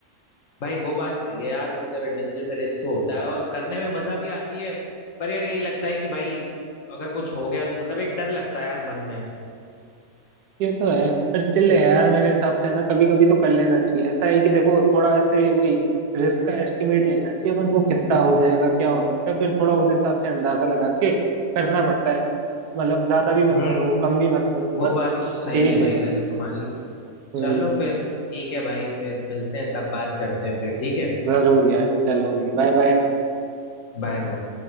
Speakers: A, on the left; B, on the right.
A: भाई वो बात सही है यार मतलब एडवेंचर में रिस्क तो होता है और करने में मजा भी आती है पर यार यही लगता है कि भाई अगर कुछ हो गया तो मतलब एक डर लगता है यार मन में
B: ये तो है पर चिल है यार मेरे हिसाब से ना कभी कभी तो कर लेना चाहिए ऐसा है कि देखो थोड़ा ऐसे वही रिस्क का एस्टिमेट लेना चाहिए अपन को कितना हो जाएगा क्या हो सकता है फिर थोड़ा उस हिसाब से अंदाजा लगा के करना पड़ता है मतलब ज्यादा भी मत
A: हम्म
B: करो कम भी मत करो
A: वो
B: बस
A: बात तो सही
B: ठीक
A: है भाई
B: है यार
A: वैसे तुम्हारी
B: वही
A: चलो फिर ठीक है भाई फिर मिलते हैं तब बात करते हैं फिर ठीक है
B: जरूर यार चलो भाई बाय बाय
A: Bye bye